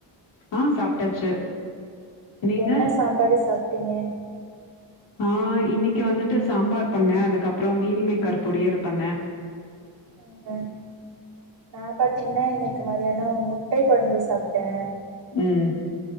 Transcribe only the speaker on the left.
ஆஹ் சாப்ட்டாச்சு நீங்க?
ஆஹ் இன்னைக்கு வந்துட்டு சாம்பார் பண்ணே அதுக்கப்புறோ மீனு மேக்கர் பொரியல் பண்ணே
உம்